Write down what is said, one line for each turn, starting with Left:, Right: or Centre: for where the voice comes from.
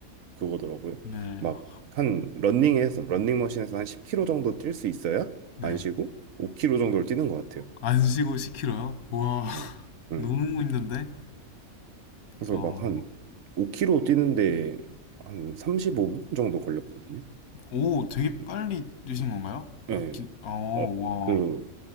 Right: 그거더라고요.
Left: 네,
Right: 막
Left: 아,
Right: 한 러닝에서 러닝머신에서 한 10km 정도 뛸 수 있어야
Left: 네.
Right: 안 쉬고 5km 정도를 뛰는 것 같아요.
Left: 안
Right: 약간.
Left: 쉬고 10kg요? 우와, <laughs>
Right: 음, 음.
Left: 너무 있는데?
Right: 그래서
Left: 어,
Right: 막 한 5km 뛰는데 한 35분 정도 걸렸거든요.
Left: 오, 되게
Right: 음,
Left: 빨리 뛰신
Right: 음.
Left: 건가요? 아,
Right: 예.
Left: 기, 어,
Right: 어,
Left: 와,
Right: 그